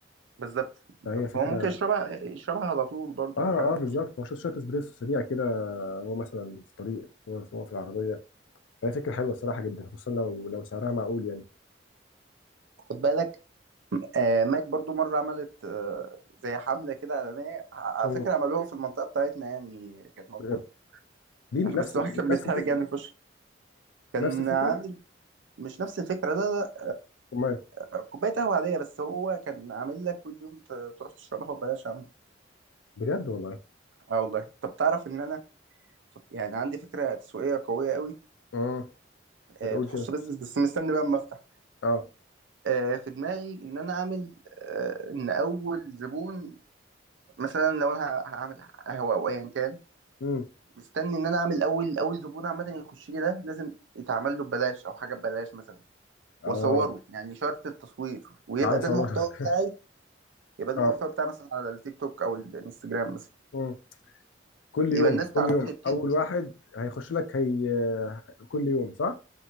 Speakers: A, on the right; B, on the left.
A: بالظبط بالظبط
B: فهي فكره
A: هو ممكن يشربها يشربها على طول برضو
B: اه
A: فاهم
B: اه بالظبط هو شويه شوية اسبريسو سريع كده هو مثلا في الطريق هو هو في العربيه فهي فكره حلوه الصراحه جدا خصوصا لو لو سعرها معقول يعني
A: خد بالك آه، ماك برضو مرة عملت آه، زي حملة كده إعلانية ع- على
B: مم.
A: فكرة عملوها في المنطقة بتاعتنا يعني كانت موجودة
B: بجد دي نفس
A: <laughs> بس واحد كان بيتحرج
B: نفس الفكره
A: يعني في وشه كان
B: نفس الفكره
A: عامل مش نفس الفكرة لا
B: امال
A: لا كوباية قهوة عادية بس هو كان عامل لك كل يوم ت- تروح تشربها وببلاش عم
B: بجد والله
A: اه والله طب تعرف إن أنا فك- يعني عندي فكرة تسويقية قوية قوي
B: امم ما
A: آه،
B: تقول
A: تخص
B: كده
A: بيزنس بس مستني بقى أما أفتح
B: اه
A: آه، في دماغي إن أنا أعمل آه، إن أول زبون مثلا لو أنا ه- هعمل قهوة أو أيا كان
B: امم
A: مستني ان انا اعمل اول اول زبون عامه يخش لي ده لازم يتعمل له ببلاش او حاجه ببلاش مثلا
B: اه
A: واصوره يعني شرط التصوير ويبقى
B: تعالى
A: ده
B: صورها
A: المحتوى بتاعي
B: <laughs>
A: يبقى ده
B: اه
A: المحتوى بتاعي مثلا على التيك توك او الانستجرام مثلا
B: مم. كل يوم
A: يبقى الناس
B: كل
A: تعرفني
B: يوم
A: بكده
B: اول واحد هيخش لك هي كل يوم صح؟